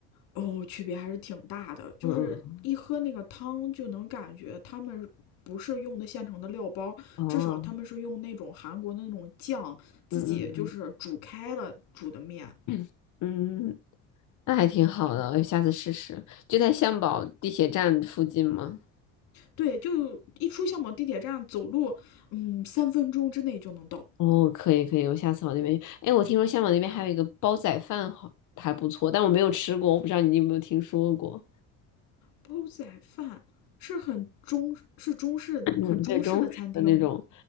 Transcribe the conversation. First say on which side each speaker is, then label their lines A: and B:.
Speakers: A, on the left; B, on the left.
A: 哦，区别还是挺大的，就是一喝那个汤就能感觉他们不是用的现成的料包，
B: 嗯嗯，哦，
A: 至少他们是用那种韩国的那种酱自己就是煮开了煮的面，
B: 嗯嗯嗯嗯，那还挺好的，
A: 就
B: 我下次试试。就在象堡地铁站附近吗？
A: 对对，就一出相宝地铁站走路，嗯，三分钟之内就能到。
B: 哦，可以可以，我下次往那边去。哎，我听说香港那边还有一个煲仔饭好，还不错，但我没有吃过，我不知道你有没有听说过。
A: 煲仔饭是很中是中式很中式的餐厅
B: 嗯，对，中式的那种，